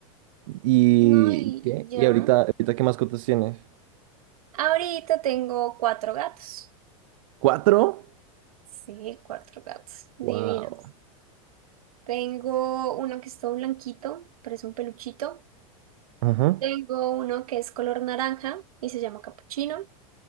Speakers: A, on the right; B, on the right.
A: ¿Y
B: No, y,
A: qué?
B: y ya.
A: ¿Y ahorita, ahorita qué mascotas tienes?
B: Ahorita tengo cuatro gatos.
A: ¿Cuatro?
B: Sí, cuatro gatos. Divinos.
A: Wow.
B: Tengo uno que es todo blanquito, parece un peluchito.
A: Ajá.
B: Tengo uno que es color naranja y se llama Capuchino.